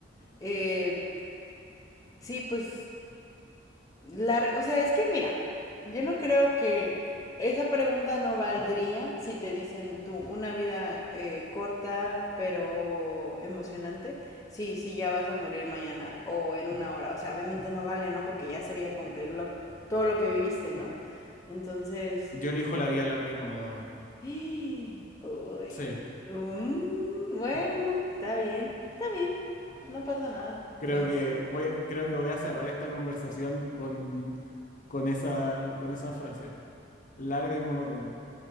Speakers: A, on the left; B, on the left.
A: Eh, sí, pues La- o sea, es que mira, yo no creo que esa pregunta no valdría si te dicen tú una vida eh, corta pero emocionante. Sí, sí, ya vas a morir mañana o en una hora. O sea, obviamente no vale, ¿no? Porque ya sería como que lo- todo lo que viviste, ¿no? Entonces,
B: Yo elijo la vida larga y monótona.
A: <gasps> uy,
B: Sí,
A: mm, bueno, está bien, está bien, no pasa nada.
B: creo
A: Este,
B: que voy, creo que voy a cerrar esta conversación con, con esa, con esa frase. Larga y monótona.